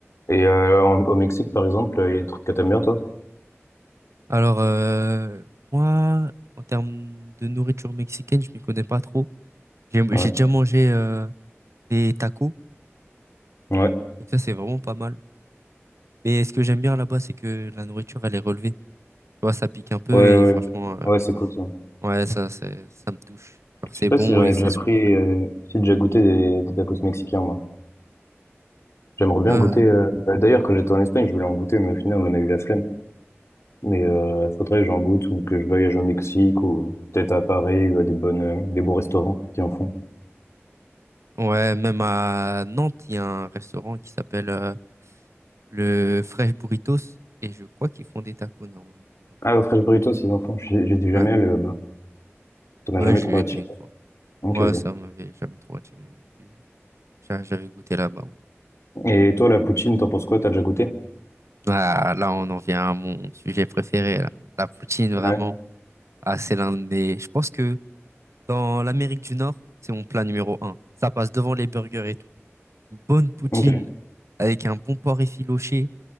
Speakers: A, on the left (about 70°); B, on the right (about 75°).
A: Et euh, en- au Mexique, par exemple, il y a des trucs que t'aimes bien, toi?
B: Alors euh, moi, en termes de nourriture mexicaine, je m'y connais pas trop. J'ai
A: Ouais.
B: j'ai déjà mangé euh, des tacos,
A: Ouais.
B: donc ça c'est vraiment pas mal. Mais ce que j'aime bien là-bas, c'est que la nourriture elle est relevée. Tu vois, ça pique un peu
A: Ouais, ouais.
B: et franchement,
A: Ouais,
B: euh,
A: Ouais, c'est cool ça.
B: ouais, ça, c'est- ça me touche. Genre
A: Je
B: c'est
A: sais pas
B: bon
A: si j'en
B: et
A: ai
B: c'est
A: déjà
B: souvent
A: pris,
B: frais.
A: euh, si j'ai déjà goûté des, des tacos mexicains, moi. J'aimerais bien
B: Euh,
A: goûter. euh, bah, D'ailleurs, quand j'étais en Espagne, je voulais en goûter, mais au final, on a eu la flemme. Mais euh, faudrait que j'en goûte ou que je voyage au Mexique ou peut-être à Paris ou à des bonnes, euh, des bons restaurants qui en font.
B: ouais, même à Nantes, il y a un restaurant qui s'appelle euh, le Fresh Burritos, et je crois qu'ils font des tacos normalement là-bas.
A: Ah, au Fresh Burritos, ils en font. J'ai- J'étais jamais
B: Ouais,
A: allé là-bas. Ça m'a
B: ouais,
A: jamais
B: j'y
A: trop
B: ai
A: attiré.
B: été une fois.
A: Ok,
B: Ouais,
A: ok.
B: ça m'avait jamais trop attiré non plus. J'a- J'avais goûté là-bas. moi.
A: Et toi, la poutine, t'en penses quoi? T'as déjà goûté?
B: Ah, là, on en vient à mon sujet préféré, là. La poutine, vraiment.
A: Ouais.
B: Ah, c'est l'un de Je pense que dans l'Amérique du Nord, c'est mon plat numéro un. Ça passe devant les burgers et tout. Une bonne poutine
A: Ok.
B: avec un bon porc effiloché.